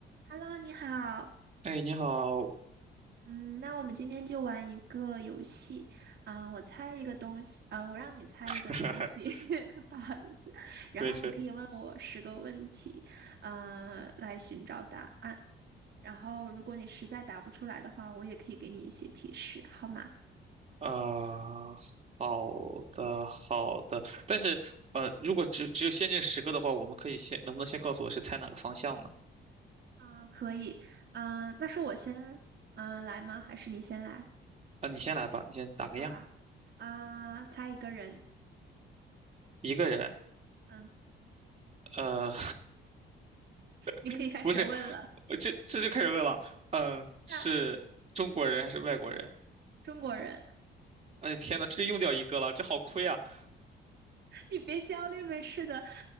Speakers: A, on the right (about 55°); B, on the right (about 30°).
A: Hello，你好。
B: 哎，你好，
A: 嗯，那我们今天就玩一个游戏。嗯，我猜一个东西，嗯，我让你猜一个东西，
B: <laughs>
A: <laughs> 不好意思。然后你可以问我十个问题，
B: 我也是，
A: 嗯，来寻找答案。然后如果你实在答不出来的话，我也可以给你一些提示，好吗？
B: 呃，好的，好的，但是，呃，如果只只有限定十个的话，我们可以先，能不能先告诉我是猜哪个方向呢？
A: 嗯，可以。嗯，那是我先，嗯，来吗？还是你先来？
B: 啊、你先来吧，你先打个样，
A: 好吧。啊，猜一个人。
B: 一个人，
A: 嗯，
B: 呃，
A: 你可以开始问了。
B: <laughs> 不是，我这这就开始问了，呃，是中国人还是外国人？
A: <laughs> 中国人。
B: 哎，天呐，这就用掉一个了，这好亏啊！<laughs>
A: 你别焦虑，没事的。